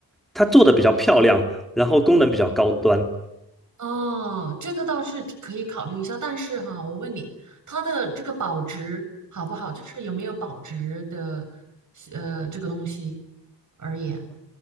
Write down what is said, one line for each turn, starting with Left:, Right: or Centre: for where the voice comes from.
Centre: 它做的比较漂亮，然后功能比较高端。
Right: 哦，这个倒是可以考虑一下，但是哈，我问你，它的这个保值好不好？就是有没有保值的，呃，这个东西而言，